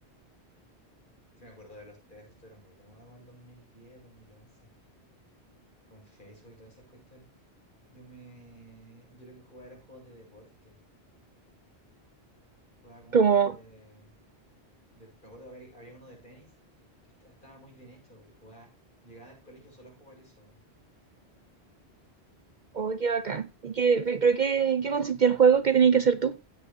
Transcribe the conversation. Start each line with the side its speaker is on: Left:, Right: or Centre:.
Left: Sí, me acuerdo de los test, esto era muy de moda como el 2010, 2011, con Facebook y todas esas cuestiones. Yo me... Yo lo que jugaba eran juegos de deporte. Jugaba como
Right: Como,
Left: juegos de... de- Me acuerdo, había, había uno de tenis que esta- estaba muy bien hecho y jugaba... Llegaba al colegio solo a jugar eso.
Right: oh, qué bacán. ¿Y qué, pero qué, en qué consistía el juego? ¿Qué tenías que hacer tú?